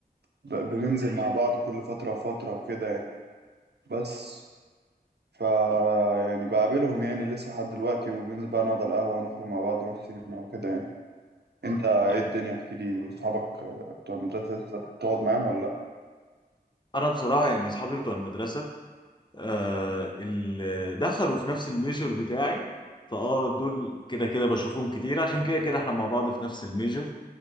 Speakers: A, on the right; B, on the left.
A: ب- بننزل مع بعض كل فترة وفترة وكده يعني بس فا يعني بقابلهم يعني لسه لحد دلوقتي وبننزل بقى نقعد على القهوة ونخرج مع بعض نروح سينما وكده يعني انت ايه
B: أيوة.
A: الدنيا احكي لي اصحابك آه، بتوع المدرسة لسه بتقعد معاهم ولا لا
B: أنا بصراحة يعني أصحابي بتوع المدرسة آه اللي دخلوا في نفس الميجر بتاعي فأه دول كده كده بشوفهم كتير عشان كده كده إحنا مع بعض في نفس الميجر